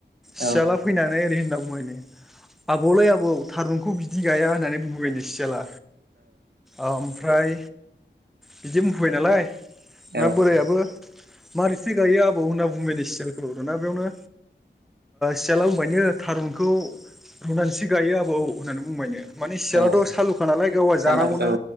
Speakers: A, in the centre; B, on the right.
A: सियाला
B: औ
A: फैनानै ओरै होनना बुंबायनो आबौलै आबौ थारुनखौ बिदि गाया होननानै बुंबायनो सियाला ओमफ्राय बिदि बुंफैबाय नालाय
B: औ
A: दा बोरायाबो मारैथो गायो आबौ होनना बुंबायनो सियालखौ दानिया बेयावनो सियाला बुंबायनो थारुनखौ रुनानैसो गायो आबौ होननानै बुंबायनो माने सियालथ'
B: औ
A: सालु खानालाय गावहा
B: साला
A: जानांगौना
B: औ